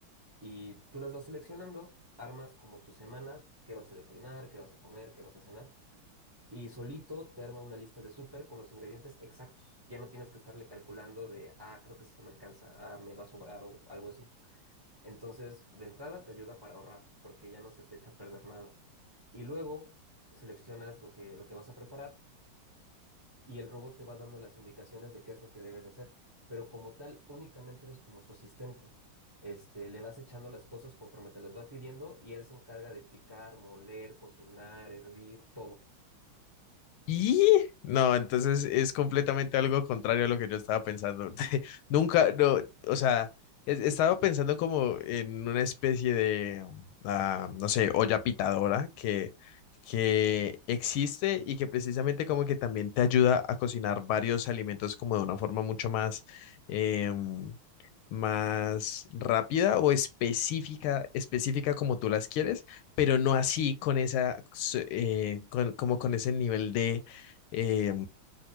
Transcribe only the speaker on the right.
Y tú las vas seleccionando, armas como tu semana, qué vas a desayunar, qué vas a comer, qué vas a cenar. Y solito te arma una lista de súper con los ingredientes exactos. Ya no tienes que estarle calculando de, ah, creo que sí me alcanza, ah, me va a sobrar o algo así. Entonces, de entrada te ayuda para ahorrar, porque ya no se te echa a perder nada. Y luego seleccionas lo que, lo que vas a preparar y el robot te va dando las indicaciones de qué es lo que debes de hacer. Pero como tal, únicamente eres como su asistente. Este, le vas echando las cosas conforme te las va pidiendo y él se encarga de picar, moler, cocinar, hervir, todo.